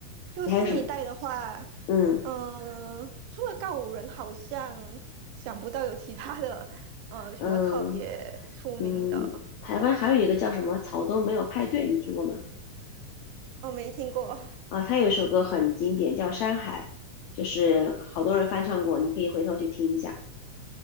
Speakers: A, on the right; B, on the left.
A: 就新一代的话，
B: 你还有什么嗯
A: 嗯呃，除了告五人，好像想不到有其他的呃什么特别出名的。
B: 嗯嗯，台湾还有一个叫什么草东没有派对，你听过吗？
A: 我没听过。
B: 啊，他有一首歌很经典，叫《山海》，就是好多人翻唱过，你可以回头去听一下。